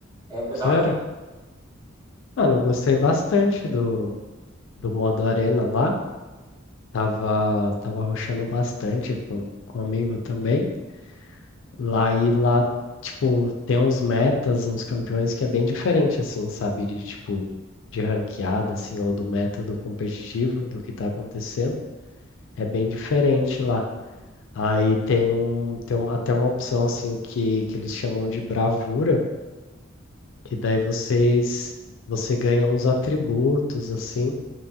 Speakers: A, on the right (about 20°); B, on the left (about 65°).
A: É, é
B: Sério?
A: da hora?
B: Mano, eu gostei bastante do, do modo Arena lá. Tava, tava rushando bastante com, com um amigo também. Lá e lá, tipo, tem uns metas, uns campeões que é bem diferente, assim, sabe? De tipo, de ranqueada, assim, ou do método competitivo do que tá acontecendo. É bem diferente lá. Aí tem um, tem um- até uma opção, assim, que, que eles chamam de bravura, que daí vocês, você ganha uns atributos, assim,